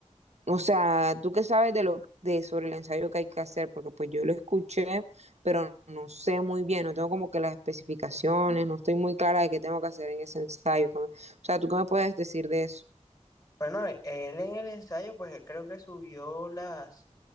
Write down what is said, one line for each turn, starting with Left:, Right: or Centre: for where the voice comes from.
Right: o sea, tú qué sabes de lo de sobre el ensayo que hay que hacer, porque pues yo lo escuché, pero no sé muy bien, no tengo como que las especificaciones, no estoy muy clara de qué tengo que hacer en ese ensayo. ¿Qué me- o sea, ¿tú qué me puedes decir de eso,
Left: Bueno, e- él en el ensayo, pues creo que subió las,